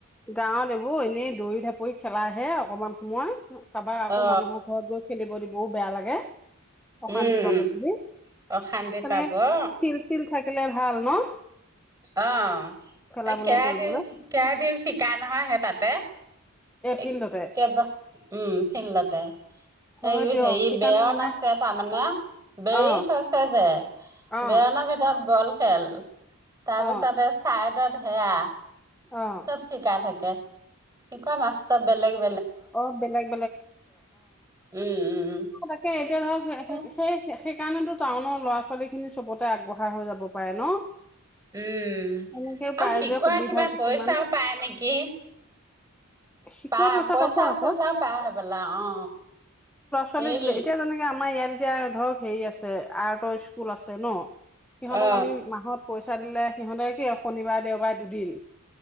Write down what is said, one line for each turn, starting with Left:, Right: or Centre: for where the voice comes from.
Centre: গাঁৱত এইবোৰ এনেই দৌৰি ঢাপৰি খেলাাহে অকমান সময়। তাৰপা আকৌ
Right: অ
Centre: মানুহৰ ঘৰত গৈ খেলিব দি বও বেয়া লাগে। অশান্তি
Right: উম
Centre: পাব বুলি
Right: অশান্তি
Centre: তেনেকে
Right: পাব অ
Centre: ফিল-চিল থাকিলে ভাল ন।
Right: অ',
Centre: খেলাবলৈ
Right: এই কেৰাইটিও
Centre: কৰিবলৈ
Right: কেৰাইটিও একেবা
Centre: ফিল্ডতে
Right: উম। <unintelligible> <unintelligible>
Centre: হয়
Right: হেৰি
Centre: দিয়ক সেইকাৰণে
Right: বেৰন
Centre: মানে
Right: আছে তাৰমানে বেৰি
Centre: অ
Right: থৈছে যে।
Centre: অ
Right: বেৰনৰ ভিতৰত বল খেল। তাৰপিছত
Centre: অ
Right: চাইডত সেয়া।
Centre: অ
Right: চব শিকা থাকে। <unintelligible>
Centre: অ 'বেলেগ
Right: উম উম
Centre: তাকে এতিয়া ধৰ <unintelligible>
Right: উম
Centre: সেইকাৰণেতো টাউনৰ ল'ৰা ছোৱালী খিনি চবতে আগবঢ়া হৈ যাব পাৰে ন?
Right: উম,
Centre: এনেকেও পাই
Right: আৰু শিকোৱা
Centre: যে সুবিধা
Right: কিবা
Centre: কিছুমান
Right: পইচাও পায় নেকি?
Centre: শিকোৱা
Right: পায়,
Centre: পইচা
Right: পইচা-সৈচা
Centre: পাব আকৌ
Right: পায় হবলা, অ।
Centre: চলি
Right: এই
Centre: দিলে, এতিয়া যেনেকে আমাৰ ইয়াৰ এতিয়া ধৰক হেৰি আছে, আৰ্টৰ স্কুল আছে ন। সিহঁতক
Right: অ
Centre: আমি মাহত পইচা দিলে সিহঁতে কি শনিবাৰ দেওবাৰ, দুদিন।